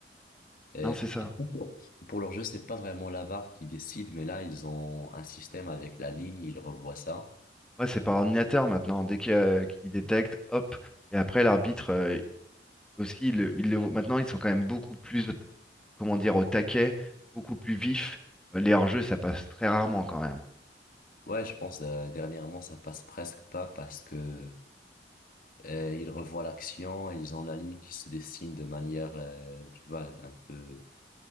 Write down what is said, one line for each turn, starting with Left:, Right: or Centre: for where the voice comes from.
Left: Euh,
Centre: Non, c'est ça.
Left: après, pour, pour leur jeu, c'est pas vraiment la VAR qui décide, mais là, ils ont un système avec la ligne, ils revoient ça.
Centre: Ouais, c'est par ordinateur maintenant. Dès qu'il y a- euh, qu'il détecte, hop. Et après, l'arbitre euh, aussi, il, le- il le voit. Maintenant, ils sont quand même beaucoup plus, au- comment dire, au taquet, beaucoup plus vifs. Euh, Les hors-jeux, ça passe très rarement quand même.
Left: Ouais, je pense, euh, dernièrement, ça passe presque pas parce que euh, ils revoient l'action, et ils ont la ligne qui se dessine de manière, euh, tu vois, un peu,